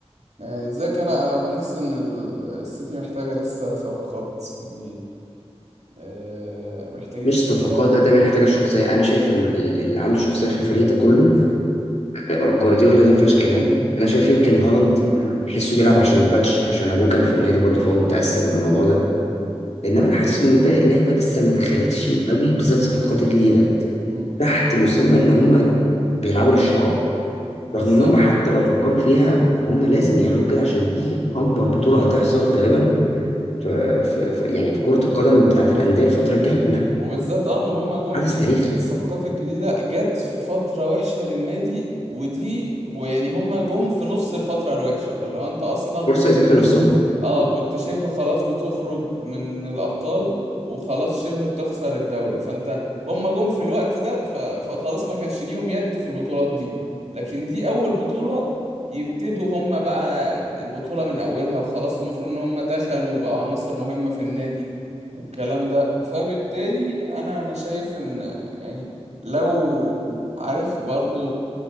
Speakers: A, on the right; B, on the left.
A: يعني ازيك أنا أنا بحس إن ال- السيتي محتاجة لسه صفقات يعني آه محتاجين
B: مش
A: لسه
B: صفقات قد ما هي محتاجه شخصيه انا شايف ال- ال- اللي عنده شخصيه في الفريق ده كله جوارديولا دي ما فيهاش كلام انا شايف يمكن هالاند حسه بيلعب عشان البادج عشان ابوه كان في
A: مم.
B: النادي برضه فهو متاثر بالموضوع ده انما انا حاسس ان باقي اللعيبه لسه ما دخلتش قوي بالذات الصفقات الجديده
A: مم.
B: تحت مسمى ان هم بيلعبوا للشعار
A: بالظبط
B: رغم ان هم حتى لو فكروا فيها هم لازم يعملوا كده عشان دي اكبر بطوله هتحصل غالبا في في في- يعني في كره القدم بتاعت الانديه الفتره الجايه كلها
A: وبالذات اه ان هم جم
B: حدث
A: يعني
B: تاريخي
A: الصفقات الجديده جت في فتره وحشه للنادي ودي ويعني هم جم في نص الفتره الوحشه فلو انت اصلا
B: فرصه يثبتوا
A: كنت
B: نفسهم
A: اه كنت شبه خلاص بتخرج من الابطال وخلاص شبه بتخسر الدوري فانت هم جم في الوقت ده ف... فخلاص ما كانش ليهم يد في البطولات دي لكن دي اول بطوله يبتدوا هم بقى البطوله من اولها وخلاص المفروض ان هم دخلوا وبقوا عناصر مهمه في النادي والكلام ده فبالتالي انا انا شايف ان يعني لو عارف برضو